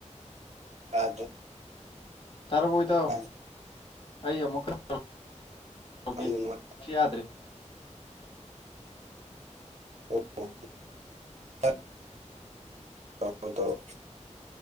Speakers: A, on the right; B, on the left.
A: <inaudible>
B: ꯇꯔꯕꯣ ꯏꯗ
A: ꯌꯥꯝꯅ
B: ꯑꯩ ꯑꯃꯨꯛ ꯈꯔꯦ
A: ꯅꯨꯡꯉꯥꯏ
B: ꯌꯥꯗ꯭ꯔꯦ <unintelligible>
A: ꯑꯣ ꯍꯣ <inaudible> <inaudible>